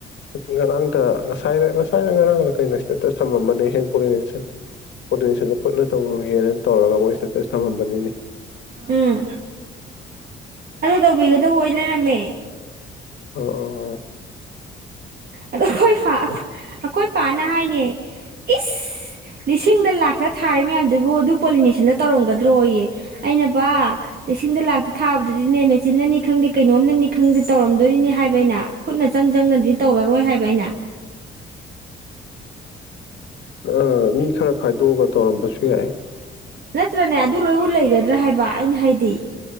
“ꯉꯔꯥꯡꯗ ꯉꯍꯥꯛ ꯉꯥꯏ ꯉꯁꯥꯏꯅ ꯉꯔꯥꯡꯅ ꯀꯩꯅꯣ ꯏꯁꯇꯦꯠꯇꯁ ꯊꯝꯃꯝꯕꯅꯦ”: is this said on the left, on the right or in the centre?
Left